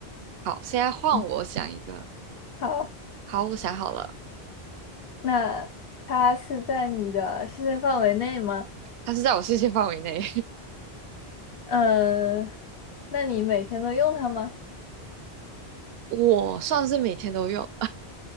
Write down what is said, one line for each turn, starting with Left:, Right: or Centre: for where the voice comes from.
Right: 好，现在换我想一个。
Left: 嗯，好。
Right: 好，我想好了，
Left: 那它是在你的视线范围内吗？
Right: 它是在我视线范围内，
Left: 嗯，那你每天都用它吗？
Right: <laughs> 我算是每天都用，